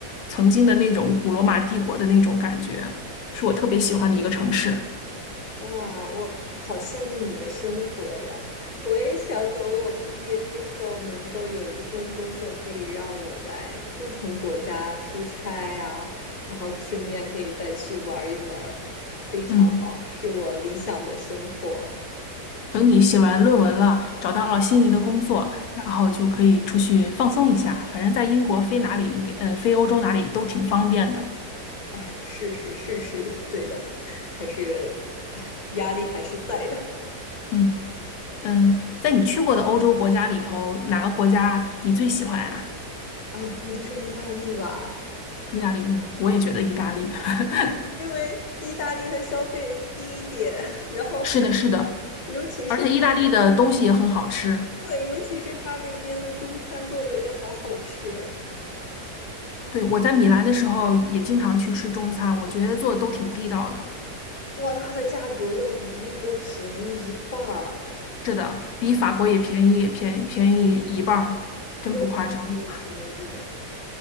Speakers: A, on the left (about 70°); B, on the left (about 50°).
A: 曾经的那种古罗马帝国的那种感觉，是我特别喜欢的一个城市。
B: 哇，我好羡慕你的生活呀！我也想等我毕业之后，能够有一份工作，可以让我在不同国家出差呀，然后顺便可以再去玩儿一玩儿非常好，
A: 嗯。
B: 是我理想的生活。
A: 等你写完论文了，找到了心仪的工作，然后就可以出去放松一下。反正在英国飞哪里应该，呃，飞欧洲哪里都挺方便的。
B: 哎呀，是是是是，对的，还是，哎呀压力还是在的
A: 嗯嗯，在你去过的欧洲国家里头，哪个国家你最喜欢啊？
B: <laughs> 啊，那就是意大利吧，
A: 意大利，嗯，我也觉得意大利。<laughs>
B: 因为意大利它消费低一点，然后
A: 是的，是的，
B: 尤其是。
A: 而且意大利的东西也很好吃。
B: 对，尤其是他那边的中餐做的也好好吃，
A: 对，我在米兰的时候也经常去吃中餐，我觉得做的都挺地道的。
B: 哇，它的价格要比英国便宜一半儿，
A: 是的，比法国也便宜，便宜便宜一半儿，真不夸张。
B: 又好吃又便宜的。